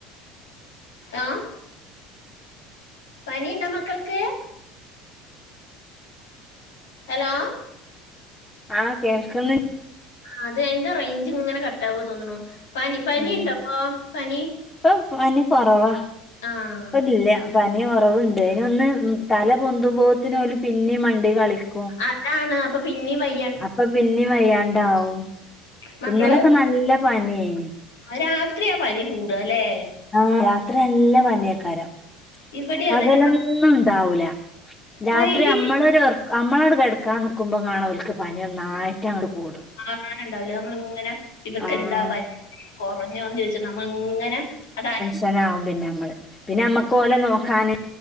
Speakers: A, on the left; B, on the left.
A: ആഹ് പനിയുണ്ടോ മക്കൾക്ക്. ഹലോ
B: ആഹ് കേൾക്കേണ്.
A: അത് എന്റെ റേഞ്ച് ഇങ്ങനെ കട്ട്‌ ആവോ തോന്നുന്നു, പനി പനി
B: ഉം
A: ഉണ്ടോ അപ്പൊ പനി?
B: ഇപ്പൊ പനി കൊറവാ
A: ആഹ്
B: ഇപ്പൊ ഇല്ല്യാ. പനി കുറവുണ്ട്, അതിനൊന്ന് ഉം തല പൊന്തുമ്പോത്തിന് ഓലെ പിന്നെ മണ്ണിൽ കളിക്കും.
A: അതാണ് അപ്പൊ പിന്നെയും വയ്യത്.
B: അപ്പ പിന്നെയും വയ്യാണ്ടാവും,
A: മക്കള്
B: ഇന്നലൊക്കെ നല്ല പനിയിന്.
A: രാത്രിയാ പനി കൂടുവാ അല്ലെ.
B: ആഹ് രാത്രി നല്ല പനിയക്കാരം.
A: ഇവിടെ
B: പകലൊന്നും
A: അതന്നെ മ
B: ഉണ്ടാവൂല, രാത്രി
A: വൈകി
B: നമ്മള് ഒരു ഉറക്കം. നമ്മളങ്ങോട് കിടക്കാൻ നിൽക്കുമ്പോ കാണും ഓലെക്ക് പനി നന്നായിട്ട് അങ്ങോട് കൂടും.
A: പകല് ഉണ്ടാവില്ലേ നമ്മള് ഇങ്ങനെ. കുട്ടികൾക്കെന്താ
B: ആഹ്
A: പനി കുറഞ്ഞോന്ന് ചോദിച്ചു നമ്മള് ഇങ്ങനെ അത്.
B: അങ്ങനെ ആവും പിന്നെ നമ്മള്, പിന്നെ നമുക്ക് ഓലെ നോക്കാന്